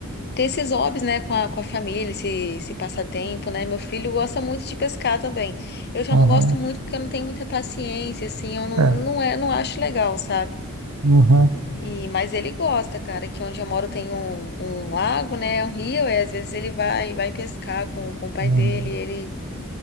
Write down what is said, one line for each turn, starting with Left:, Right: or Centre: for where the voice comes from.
Left: ter esses hobbies, né? Com a, com a família, esse, esse passatempo, né? Meu filho gosta muito de pescar também. Eu já
Right: Uhum,
Left: não gosto muito porque eu não tenho muita paciência, assim. Eu não,
Right: é,
Left: não, é, não acho legal, sabe?
Right: uhum,
Left: E, mas ele gosta, cara, que onde eu moro tem um, um lago, né? Um rio, e às vezes ele vai vai pescar com, com o pai
Right: uhum.
Left: dele. Ele